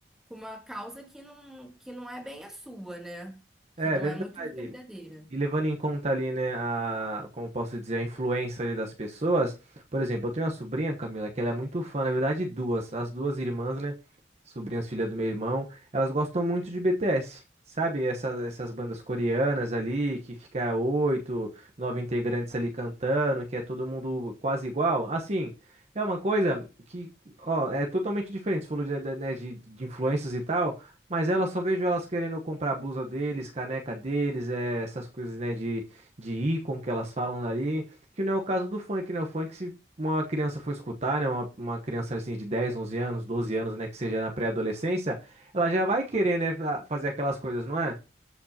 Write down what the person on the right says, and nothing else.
É
é verdade.
E levando em conta ali, né, a, como eu posso dizer, a influência ali das pessoas. Por exemplo, eu tenho uma sobrinha, Camila, que ela é muito fã, na verdade, duas, as duas irmãs, né, sobrinhas, filha do meu irmão, elas gostam muito de BTS. Sabe, essas, essas bandas coreanas ali, que fica oito, nove integrantes ali cantando, que é todo mundo quase igual. Assim, é uma coisa que, ó, é totalmente diferente. Você falou de, de, né, de de influências e tal. Mas ela só vejo elas querendo comprar a blusa deles, caneca deles, eh, essas coisas, né, de, de ícone que elas falam ali, que não é o caso do funk, né? O funk, se uma criança for escutar, né, uma, uma criança assim de 10, 11 anos, 12 anos, né, que seja na pré-adolescência, ela já vai querer, né, fa- fazer aquelas coisas, não é?